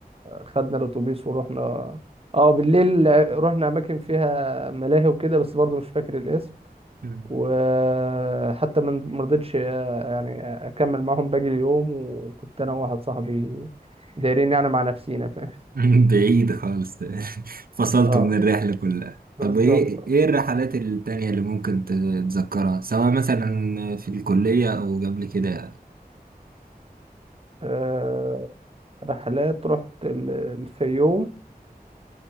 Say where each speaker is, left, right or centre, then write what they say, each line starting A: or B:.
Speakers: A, on the right; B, on the right.
A: خدنا الاتوبيس ورحنا اه بالليل رحنا اماكن فيها ملاهي وكده بس برضه مش فاكر الاسم
B: أمم.
A: وحتى من مرضتش آه، يعني اكمل معاهم باقي اليوم وكنت انا وواحد صاحبي دايرين يعني مع نفسينا فاهم
B: <laughs> بعيد خالص فصلته
A: اه
B: <laughs> من الرحلة كلها
A: بالظبط
B: طب ايه
A: اه
B: ايه الرحلات التانية اللي ممكن تتذكرها سواء مثلا في الكلية او قبل كده
A: آه، رحلات رحت ال- الفيوم